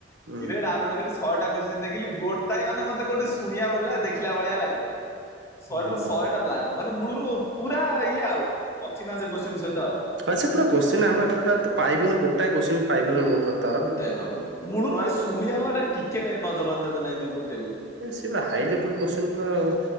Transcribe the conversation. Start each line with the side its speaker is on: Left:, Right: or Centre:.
Right: ହୁଁ
Left: ଇରେ ଡାଉନଲୋଡ କରି ସ ଛଅଟା କ୍ଵସଚିନ ଦେଖିଲି ଗୋଟାଏ ମାନେ ମତେ କୋଉଠି ଶୁଣିଆ ଵାଲା ଦେଖିଲା ଭଳିଆ ଲାଗିଲାନି। ଶହେଟା
Right: ହୁଁ
Left: ରୁ ଶହେଟା ବ୍ଲାଙ୍କ ମାନେ ମୂଳରୁ ପୁରା ଇଏ ଆଉ ଅଚିହ୍ନା ସେ କ୍ଵସଚିନ ସହିତ।
Right: ଆ ସେ ପୁରା କୋଶ୍ଚିନ୍ ଆମେତ ପୁରା ପାଇବୁନୁ ଗୋଟାଏ କୋଶ୍ଚିନ୍ ପାଇବୁନୁ ଓରଠର।
Left: ଗୋଟାଏ ବାବନେ ମୂଳରୁ ଆରେ ଶୁଣିଆ ମାନେ ଟିକେ ନଜର ଅନ୍ଦାଜ ନାହିଁଯେ ଗୋ
Right: ଏ ସେ ପୁରା ହାଇ ଲେବୁଲ କୋସଚିନ ଗୁରା-ଆ-ଆ